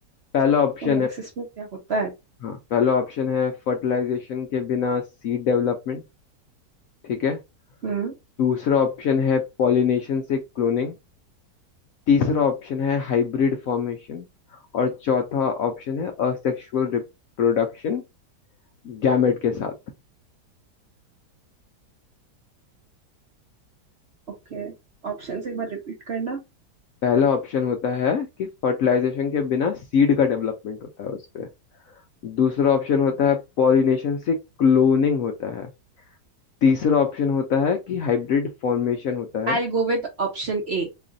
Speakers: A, on the left (about 65°); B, on the right (about 50°).
A: पहला ऑप्शन
B: तो नेक्सस
A: है
B: में क्या होता है
A: हाँ पहला ऑप्शन है फर्टिलाइजेशन के बिना सीड डेवलपमेंट ठीक है
B: हम्म
A: दूसरा ऑप्शन है पॉलिनेशन से क्लोनिंग तीसरा ऑप्शन है हाइब्रिड फॉर्मेशन और चौथा ऑप्शन है असेक्सुअल रिप्रोडक्शन गैमेट के साथ
B: ओके ऑप्शन एक बार रिपीट करना
A: पहला ऑप्शन होता है कि फर्टिलाइजेशन के बिना सीड का डेवलपमेंट होता है उस पे दूसरा ऑप्शन होता है पॉलिनेशन से क्लोनिंग होता है तीसरा ऑप्शन होता है कि हाइब्रिड फॉर्मेशन होता
B: I'll
A: है
B: go with option A